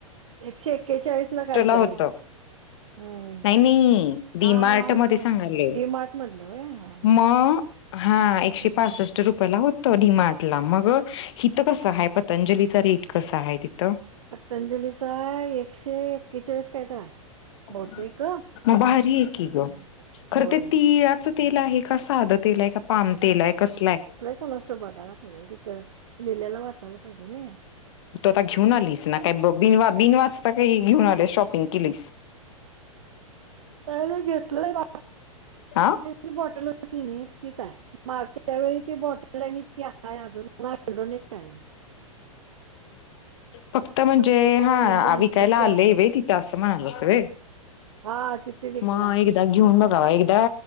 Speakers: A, on the right; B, on the left.
A: एकशे एक्केचाळीस ला काहीतरी
B: होतं
A: हम्म
B: नाही नाही डीमार्ट
A: हा हा हा
B: मध्ये सांगाल
A: हा डी मार्ट मधलं व्हय हा हा
B: मग हा एकशे
A: हम्म
B: पासष्ट रुप होत डमारड ला मग हिथं कसं आहे पतंजलीचा रेट कस आहे तिथं
A: पतंजलीचा एकशे एक्केचाळीस काय तर आहे
B: मग
A: बहुतेक
B: भारी आहेी
A: हं
B: ग खरं
A: होय
B: ते तिळाच तेल आहे का साधं तेल आहे का पाम तेल आहे कसलाय
A: कोणष्टत बघायला पाहिजे तिथं लिहिल्याला वाचायला पाहिजे ना
B: आता घेऊन आलीस ना का ब बिनवा बिनवाजता काही घेऊन आले शॉपिंग केलीस
A: का नाही घेतलं बा
B: हा
A: ी बॉटल होती ना तीच आहे माग वेळीची बॉटल आहे आणि ती आहे अजून तड काय नाही
B: फक्त म्हणजे
A: मागच्या
B: हा
A: वेळी जे आणलो
B: विकायला
A: त्या
B: आले व तिथं असं म्हणालं अस
A: हा तिथे विकला
B: मग एकदा
A: आले हा
B: घेऊन बघावा एकदा